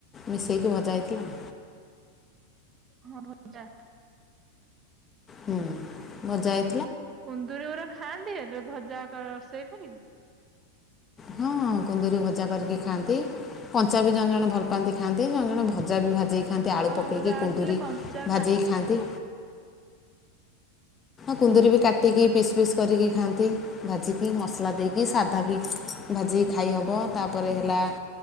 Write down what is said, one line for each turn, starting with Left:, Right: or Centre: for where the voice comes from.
Left: ମିଶେଇକି ଭଜା ହେଇଥିଲା।
Right: ହଁ ଭଜା।
Left: ହୁଁ ଅଜା ଆଇ
Right: କୁନ୍ଦୁରି ଉରା ଖାଆନ୍ତି ଏବେ ଭଜା ରୋଷେଇ କରିକି?
Left: ହଁଁ କୁନ୍ଦୁରି ଭଜା କରିକି ଖାଆନ୍ତି କଞ୍ଚା ବି ଜଣେ ଜଣ ଭଲ୍ ପାଆନ୍ତି ଖାଆନ୍ତି ଜଣେ ଜାଣେ ଭଜି କି ଖା ଖାଆନ୍ତି ଆଳୁ
Right: ହଁ
Left: ପକେଇକି
Right: ମୁଁ ଜାଣିଥିଲି
Left: କୁନ୍ଦୁରି
Right: କଞ୍ଚା
Left: ଭାଜି କି ଖାଆନ୍ତି। କୁନ୍ଦୁରି ବି କାଟିକି ପିସ୍ ପିସ୍ କରିକି ଖାଆନ୍ତି ଭାଜିକି ମସଲା ଦେଇକି ସାଧା ବି ଭାଜିକି ଖାଇହବ ତାପରେ ହେଲା